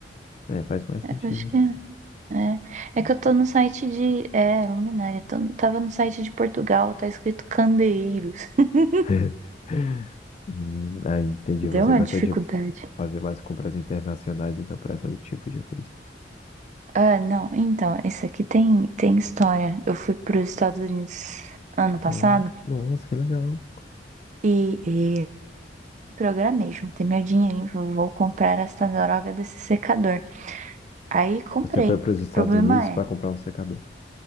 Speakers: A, on the left; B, on the right.
A: é, faz mais
B: É,
A: sentido.
B: Eu acho que é. É, É que eu tô no site de. É, luminária. Tô- tava no site de Portugal, tá escrito candeeiros. <laughs>
A: <laughs> Hum, ah, entendi. Você
B: Deu uma
A: gosta
B: dificuldade.
A: de fazer mais compras internacionais, então, para esse tipo de coisa.
B: Ah, não. Então, esse aqui tem, tem história. Eu fui para os Estados Unidos ano passado
A: Ah, Nossa, que legal.
B: e, Programei, juntei meu dinheirinho, falei, vou comprar essa droga desse secador. Aí comprei.
A: Você foi
B: O
A: para os Estados
B: problema
A: Unidos
B: é,
A: para comprar um secador.